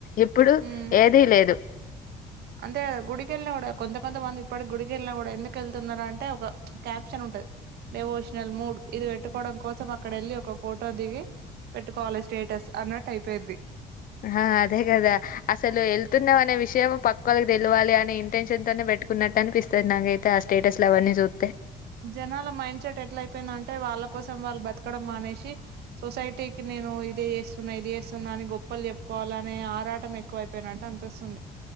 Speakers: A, on the left (about 55°); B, on the right (about 70°).
A: ఇప్పుడు
B: ఉమ్
A: ఏదీ లేదు
B: అంతే గుడికెళ్ళిన గూడా కొంత కొంతమంది ఇప్పటి గుడికెళ్ళా గూడా ఎందుకు యెళ్తున్నారు అంటే ఒక క్యాప్షన్ ఉంటది డెవోషనల్ మూడ్ ఇది పెట్టుకోవడం కోసం అక్కడ యెళ్ళి ఒక ఫోటో దిగి పెట్టుకోవాలి స్టేటస్ అన్నట్టు అయిపోయింది
A: ఆ అదే గదా అసలు యెళ్తున్నాం అనే విషయం పక్కోళ్ళకి దెలువాలి అని ఇంటెన్షన్ తోనే పెట్టుకు న్నట్టు అనిపిస్తది నాకైతే ఆ స్టేటస్లు అవన్నీ జూత్తే
B: జనాల మైండ్ సెట్ ఎట్ల అయిపోయిందంటే వాళ్ళ కోసం వాళ్ళు బతకడం మానేసి సొసైటీకి నేను ఇది చేస్తున్నా ఇది చేస్తున్నా అని గొప్పలు చెప్పుకోవాలనే ఆరాటం ఎక్కువై పోయినట్టు అనిపిస్తుంది